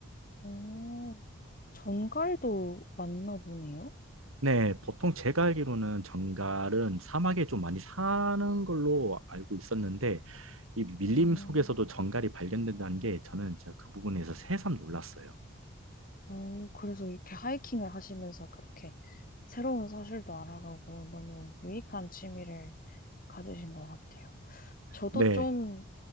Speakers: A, on the left; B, on the right.
A: 오, 전갈도 맞나 보네요.
B: 네, 보통 제가 알기로는 정갈은 사막에 좀 많이 사는 걸로 알고 있었는데 이 밀림
A: 오,
B: 속에서도 정갈이 발견된다는 게 저는 진짜 그 부분에서 새삼 놀랐어요.
A: 어, 그래서 이렇게 하이킹을 하시면서 그렇게 새로운 사실도 알아가고 너무 유익한 취미를 가지신 것 같아요. 저도
B: 네,
A: 좀